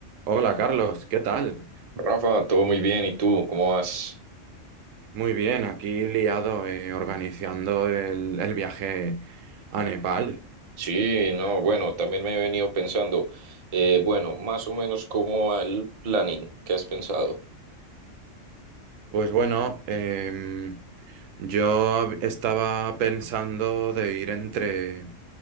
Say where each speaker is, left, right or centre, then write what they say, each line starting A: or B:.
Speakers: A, on the right; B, on the right.
A: Hola Carlos, ¿qué tal?
B: Rafa, todo muy bien. ¿Y tú? ¿Cómo vas?
A: Muy bien, aquí liado eh, organizando el, el viaje a Nepal.
B: Sí, no, bueno, también me he venido pensando, eh, bueno, más o menos cómo va el planning que has pensado.
A: Pues bueno, em, yo estaba pensando de ir entre